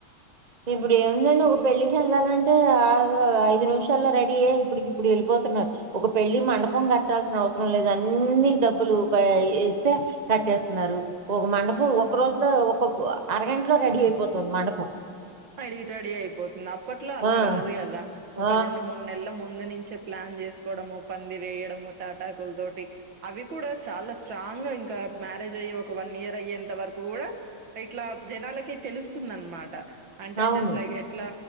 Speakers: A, on the right; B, on the right.
A: ఇప్పుడు ఏదంటే ఒక పెళ్ళికి వెళ్ళాలంటే ఆగు ఐదు నిమిషాల్లో రెడీ ఐ ఇప్పడికి ఇప్పుడు వెళ్ళిపోతా తున్నార్ ఒక పెళ్ళి మండపం కట్టాల్సిన అవసరం లేదన్నీ డబ్బులు ప ఇస్తే కట్టేస్తున్నారు ఒక మండపం
B: హ్మ్
A: ఒక రోజు లో ఒక అరగంటలో రెడీ అయిపోతుంది మండపం
B: అడటడీ అయిపోతుంది అప్పట్లో అలా
A: ఆ,
B: కాదు కదా,
A: ఆ,
B: ఒక రెండు మూడు నెల్ల ముందు ముందు నుంచే ప్లాన్ చేసుకోవడోము పందిరి వేయ్యడము తాటాకుల్తోటి అవి కూడా చాలా స్ట్రాంగ్ ంగ్ ఇంకా మ్యారేజ్ అయ్యి ఒక వన్ ఇయర్ అయ్యేంత వరకు కూడా ఇట్లా జనాలకి తెలుస్తుంద అన్ మాట అంటే
A: అవును
B: జస్ట్ లైక్ ఎట్లా